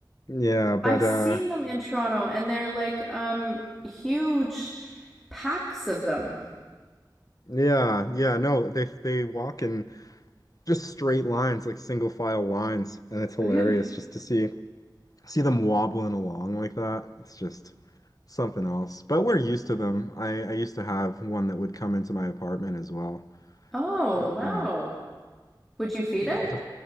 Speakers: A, on the left; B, in the centre.
A: yeah, but
B: I've seen
A: uh
B: them in Toronto and they're like um huge packs of them.
A: yeah, yeah, no, they they walk in just straight lines, like single file lines, and it's hilarious
B: Yeah.
A: just to see see them wobbling along like that. It's just something else. But we're used to them. I I used to have one that would come into my apartment as well.
B: Oh,
A: But
B: wow.
A: you know,
B: Would you feed
A: yeah.
B: it?
A: the-